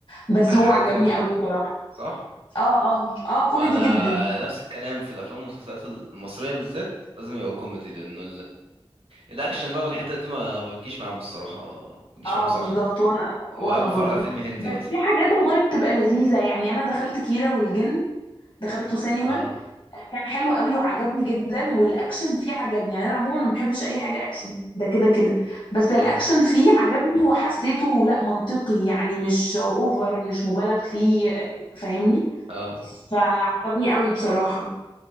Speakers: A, on the left; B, on the right.
A: بس
B: اي
A: هو
B: حاجة
A: عجبني
B: كوميدي
A: قوي بصراحة
B: صح
A: اه اه اه كوميدي
B: ما انا
A: جدا
B: نفس الكلام في الافلام والمسلسلات المصرية بالذات لازم يبقى كوميدي لانه الاكشن بقى والحتة دي ما ما بتجيش معاهم الصراحة ما بتجيش
A: اه
B: معاهم صح
A: بالظبط وانا
B: ببقى
A: وانا
B: بتفرج
A: برضو
B: على فيلم هندي
A: بس
B: مثلا
A: في حاجات والله بتبقى لذيذة يعني انا دخلت كيرة والجن دخلته سينما
B: اه
A: كان حلو قوي وعجبني جدا والاكشن فيه عجبني يعني انا عموما ما بحبش اي حاجه اكشن ده كده كده بس الاكشن
B: امم
A: فيه عجبني وحسيته لا منطقي يعني مش اوفر مش مبالغ فيه فاهمني
B: اه
A: فعجبني قوي بصراحه